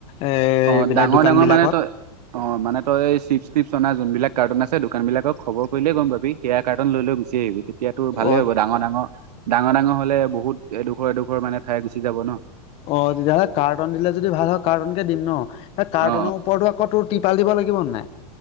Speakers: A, on the left; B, on the right.
A: এ
B: অ
A: এইবিলাক
B: ডাঙৰ
A: দোকানবিলাকত
B: ডাঙৰ মানে তই অ মানে তই এই চিপছ তিপছ অনা যোনবিলাক কাৰ্টন আছে দোকান বিলাকক খবৰ কৰিলে গম পাবি। কেয়া কাৰ্টন লৈ লৈ গুচি আহিবি। এতিয়াতো ভালেই
A: অ
B: হব ডাঙ ডাঙ। ডাঙ ডাঙ হলে বহুত এডোখৰ এডোখৰ মানে। ঠাই গুচি যাব ন
A: অ তেতিয়াহ'লে কাৰ্টন দিলে যদি ভাল হয় কাৰ্টন কে দিম ন। ত কাৰ্টনৰ
B: অ
A: ওপৰতো আকৌ তোৰ টিপাল দিব লাগিব নাই?